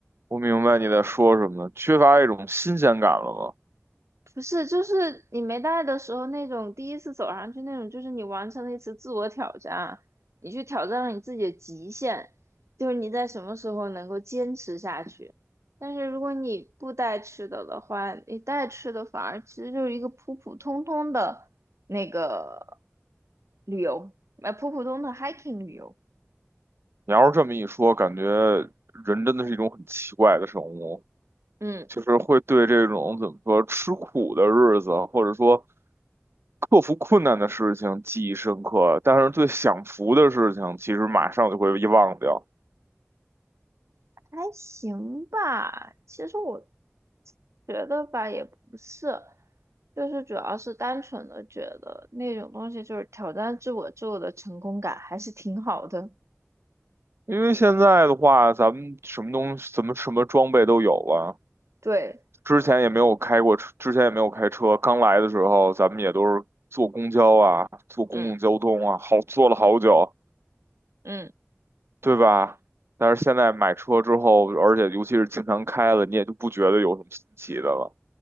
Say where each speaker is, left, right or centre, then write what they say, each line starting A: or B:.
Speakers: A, on the right; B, on the right.
A: 我明白你在说什么，缺乏一种新鲜感了吗？
B: 不是，就是你没带的时候那种第一次走上去那种，就是你完成了一次自我挑战，你去挑战了你自己的极限，就是你在什么时候能够坚持下去。但是如果你不带吃的的话，你带吃的反而其实就是一个普普通通的那个旅游，呃，普普通的 hiking 旅游。
A: 你要是这么一说，感觉人真的是一种很奇怪的生物，
B: 嗯。
A: 就是会对这种怎么说吃苦的日子，或者说克服困难的事情记忆深刻，但是对享福的事情，其实马上就会遗忘掉。
B: 还行吧，其实我觉得吧，也不是，就是主要是单纯的觉得那种东西就是挑战自我之后的成功感还是挺好的。
A: 因为现在的话，咱们什么东西、怎么什么装备都有了。
B: 对，
A: 之前也没有开过车，之前也没有开车。刚来的时候，咱们也都是坐公交啊，坐公共交通啊，
B: 嗯
A: 好坐了好久，
B: 嗯，嗯，
A: 对吧？但是现在买车之后，而且尤其是经常开了，你也就不觉得有什么新奇的了。